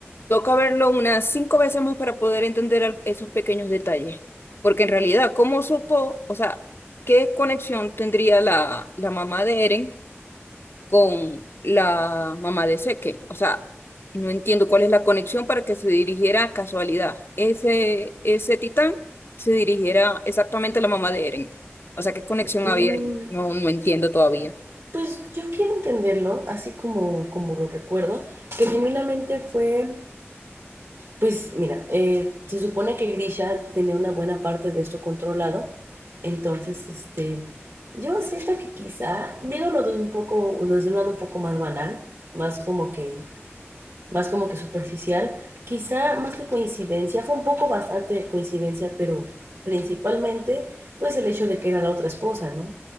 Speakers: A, on the left; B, on the right.
A: Toca verlo unas cinco veces más para poder entender al- esos pequeños detalles. Porque en realidad, ¿cómo supo? O sea, ¿qué conexión tendría la, la mamá de Eren con la mamá de Seque. O sea, no entiendo cuál es la conexión para que se dirigiera a casualidad. Ese, ese titán se dirigiera exactamente a la mamá de Eren. O sea, ¿qué conexión
B: Mm,
A: había ahí? No, no entiendo todavía.
B: pues yo quiero entenderlo, así como, como lo recuerdo, que genuinamente fue, pues mira, eh, se supone que Grisha tenía una buena parte de esto controlado, entonces, este, yo siento que quizá, viéndolo desde un poco, desde un lado un poco más banal, más como que más como que superficial. Quizá más que coincidencia, fue un poco bastante de coincidencia, pero principalmente pues el hecho de que era la otra esposa, ¿no?